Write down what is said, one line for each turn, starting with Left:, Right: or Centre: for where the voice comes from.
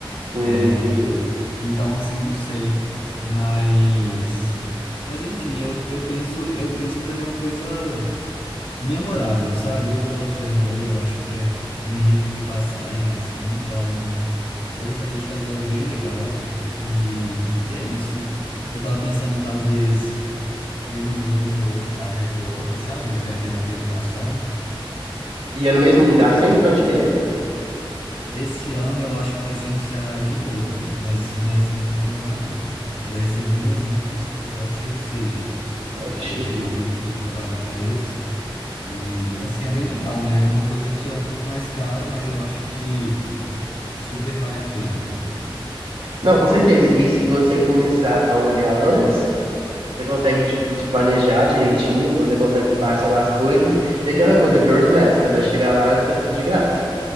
Right: Hum,
Left: É,
Right: entendi.
Left: então, assim, não sei, mas mas enfim, eu, eu penso, eu penso em fazer uma coisa memorável, sabe? Eu gosto de Ano Novo, eu acho que é um rito de passagem, assim, então eu gostaria de fazer algo bem legal e, e é isso. Eu tava pensando em talvez ir no Ano Novo da Heavy Love, sabe? Já que eu não fui ano passado.
Right: E é no mesmo lugar sempre? Onde que é?
Left: Esse ano eu acho que vai ser no Ceará de novo, mas não é sempre o mesmo lugar, não. Mas eu recebi umas infos que pode ser que seja,
Right: Nossa,
Left: entendeu?
Right: que chique.
Left: Eu tenho um amigo que já trabalhou para eles e, assim, é bem legal, né? É uma coisa que é um pouco mais cara, mas eu acho que super vale a pena, né?
Right: Não, com certeza. E se você começar a olhar antes, você consegue, tipo, se planejar direitinho, você consegue parcelar as coisas. E aquela coisa, Girls Map, você vai chegar lá e vai estar tudo de graça.